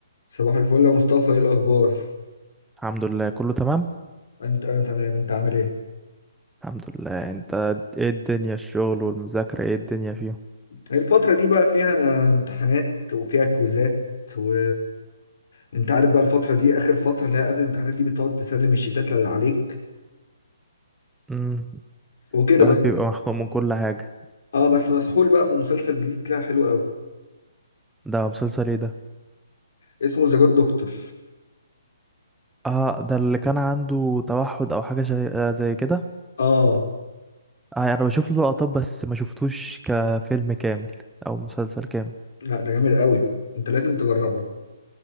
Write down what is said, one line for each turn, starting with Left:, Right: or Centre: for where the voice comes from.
Left: صباح الفل يا مصطفى ايه الاخبار
Centre: الحمد لله كله تمام
Left: انت انا تمام انت عامل ايه
Centre: الحمد لله انت ايه الدنيا الشغل والمذاكرة ايه الدنيا فيهم
Left: الفتره دي بقى فيها امتحانات وفيها كويزات و انت عارف بقى الفتره دي اخر فتره اللي هي قبل الامتحانات دي بتقعد تسلم الشيتات اللي عليك
Centre: امم
Left: وكده
Centre: الواحد
Left: بس
Centre: بيبقى مخنوق من كل حاجة
Left: اه بس مسحول بقى في مسلسل جديد كده حلو قوي
Centre: ده مسلسل ايه ده
Left: اسمه ذا جود دكتور
Centre: اه ده اللي كان عنده توحد او حاجة شي- آه، زي كده
Left: اه
Centre: آه انا بشوف له لقطات بس ما شفتوش كفيلم كامل او مسلسل كامل
Left: لا ده جامد قوي انت لازم تجربه